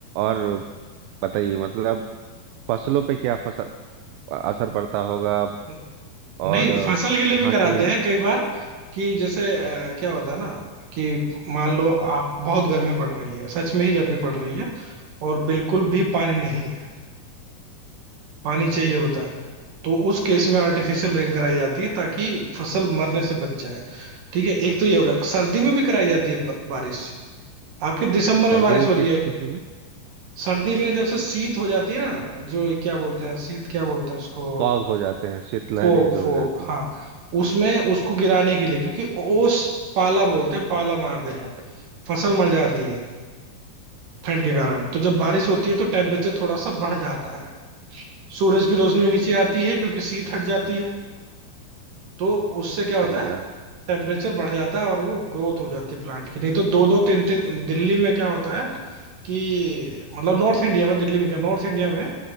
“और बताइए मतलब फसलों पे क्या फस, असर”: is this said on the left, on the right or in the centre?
Right